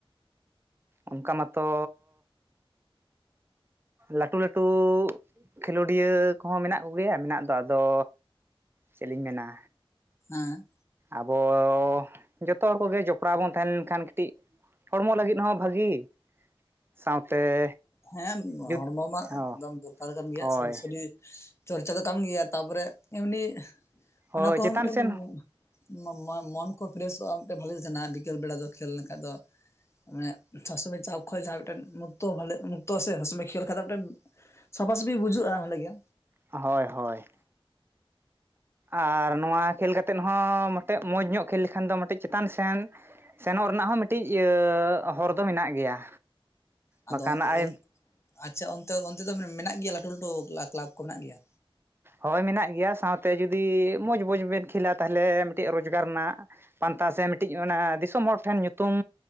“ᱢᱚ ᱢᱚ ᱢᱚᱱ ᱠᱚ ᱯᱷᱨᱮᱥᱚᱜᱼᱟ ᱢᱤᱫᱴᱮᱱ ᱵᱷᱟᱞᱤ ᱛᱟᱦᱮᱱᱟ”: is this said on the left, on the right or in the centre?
Left